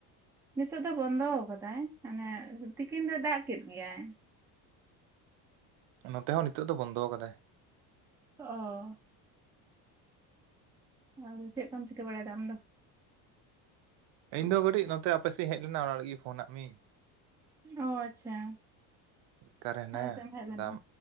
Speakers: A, in the centre; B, on the right (about 60°).
A: ᱱᱤᱛᱚᱜ ᱫᱚ ᱵᱚᱱᱫᱚ ᱟᱠᱟᱫᱟᱭ ᱢᱟᱱᱮᱼᱼ ᱛᱤᱠᱤᱱ ᱫᱚᱭ ᱫᱟᱜ ᱠᱮᱫ ᱜᱮᱭᱟᱭ᱾
B: ᱦᱩᱸ ᱱᱚᱛᱮ ᱦᱚᱸ ᱱᱤᱛᱚᱜ ᱫᱚ ᱵᱚᱱᱫᱚ ᱟᱠᱟᱫᱟᱭ᱾
A: ᱚᱻ ᱟᱫᱚ ᱪᱮᱫ ᱠᱚᱢ ᱪᱤᱠᱟᱹ ᱵᱟᱲᱟᱭ ᱮᱫᱟ ᱟᱢ ᱫᱚᱼᱼ
B: ᱤᱧ ᱫᱚ ᱠᱟᱹᱴᱤᱡ ᱱᱚᱛᱮ ᱟᱯᱮ ᱥᱮ ᱤᱧ ᱦᱮᱡ ᱞᱮᱱᱟ ᱚᱱᱟ ᱞᱟᱹᱜᱤᱫ ᱯᱷᱳᱱᱟᱜ ᱢᱤᱧ
A: ᱚ ᱟᱪᱪᱷᱟ
B: ᱵᱮᱠᱟᱨ ᱦᱮᱱᱟᱭᱟ
A: ᱟᱞᱮ ᱥᱮᱫ ᱮᱢ ᱦᱮᱡ ᱞᱮᱱᱟ
B: ᱟᱫᱟᱢᱼᱼ